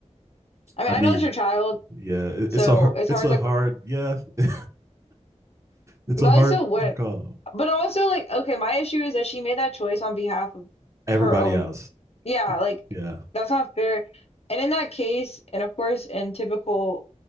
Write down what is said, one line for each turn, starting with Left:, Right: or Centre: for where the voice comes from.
Left: I mean,
Right: I mean,
Left: I know it's your child,
Right: yeah, it-
Left: so
Right: it's a hard,
Left: it's
Right: it's
Left: hard
Right: a
Left: to.
Right: hard, yeah, <laughs> it's
Left: But
Right: a hard
Left: I still wouldn't.
Right: call.
Left: But also, like, okay, my issue is that she made that choice on behalf of
Right: Everybody
Left: her own.
Right: else,
Left: Yeah, like,
Right: yeah,
Left: that's not fair. And in that case, and of course, in typical